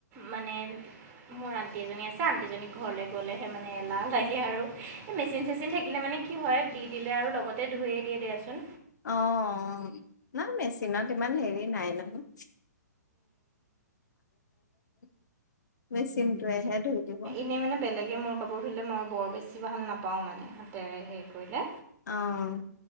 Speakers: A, on the right; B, on the left.
A: মানে- মোৰ আন্টি এজনী আছে আনটিজনী ঘৰলে গলেহে মানে এলাহ লাগে আৰু। এই মেচিন চেচিন থাকিলে মানে কি হয় দি দিলে আৰু লগতে ধুইৱে দিয়ে দিয়াচোন।
B: অঁ না মেচিনত ইমান হেৰি নাই নহয়। <unintelligible> মেচিনটোৱেহে ধুই দিব।
A: ই মানে বেলেগ মই কাপোৰ ধুলে মই বৰ বেছি ভাল নাপাওঁ মানে হাতেৰে হেৰি কৰিলে।
B: অ'।